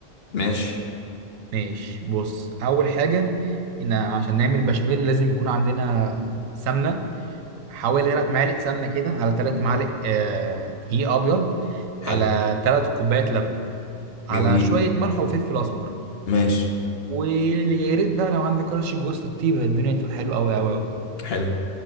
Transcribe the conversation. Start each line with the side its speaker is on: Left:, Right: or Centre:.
Left: ماشي
Right: ماشي بص اول حاجه ان عشان نعمل بشاميل لازم يكون عندنا سمنه حوالي 3 معالق سمنه كده على 3 معالق آه، دقيق ابيض
Left: حلو
Right: على 3 كوبايات لبن على
Left: جميل
Right: شويه ملح وفلفل اسمر
Left: ماشي
Right: ويا ريت بقى لو عندك رش جوز للطيبه الدنيا تبقى حلوه قوي قوي قوي
Left: حلو